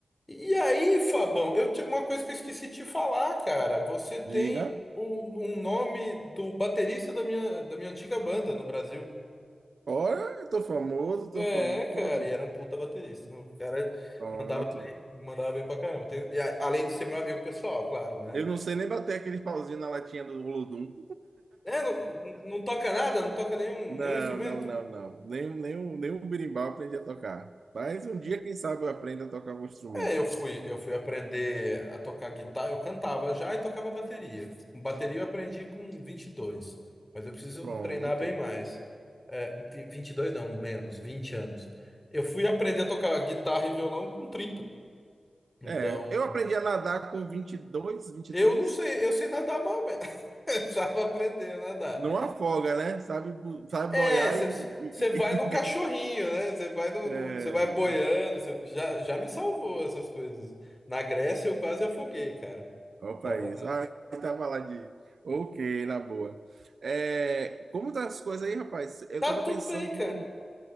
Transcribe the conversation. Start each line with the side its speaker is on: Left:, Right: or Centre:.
Left: E aí, Fabão, eu tinha uma coisa que eu esqueci de te falar, cara. Você tem
Right: Diga.
Left: um, um nome do baterista da minha, da minha antiga banda no Brasil.
Right: Olha, eu tô famoso, tô
Left: É,
Right: famoso.
Left: cara, e era um puta baterista. O cara
Right: Pronto.
Left: mandava bem, mandava bem pra caramba. Tem- e a- além de ser meu amigo pessoal, claro, né?
Right: Eu não sei nem bater aquele pauzinho na latinha do Olodum.
Left: É, não, não toca nada, não toca nenhum,
Right: Não,
Left: nenhum instrumento?
Right: não, não, não. Nem, nem, o- nem o berimbau eu aprendi a tocar. Mas um dia, quem sabe, eu aprendo a tocar algum instrumento.
Left: É, eu fui, eu fui aprender a tocar guitarra, eu cantava já e tocava bateria. Bateria eu aprendi com 22, mas eu preciso
Right: Pronto.
Left: treinar bem mais. É, vi- 22 não, menos, 20 anos. Eu fui aprender a tocar guitarra e violão com 30. Então,
Right: É, eu aprendi a nadar com 22,
Left: eu
Right: três.
Left: não sei, eu sei nadar mal mesmo. <laughs> Eu precisava aprender a nadar.
Right: Não afoga, né? Sabe, sabe
Left: É,
Right: boiar
Left: você
Right: e... e-
Left: vai no cachorrinho,
Right: e-
Left: né? Você vai no,
Right: <laughs> É.
Left: você vai boiando, você já, já me salvou essas coisas. Na Grécia eu quase afoguei, cara.
Right: Qual país?
Left: Tava na
Right: Ah, estava lá de. Ok, na boa. É, como tá as coisas aí, rapaz? Eu
Left: Tá
Right: estava
Left: tudo
Right: pensando
Left: bem, cara.
Right: em,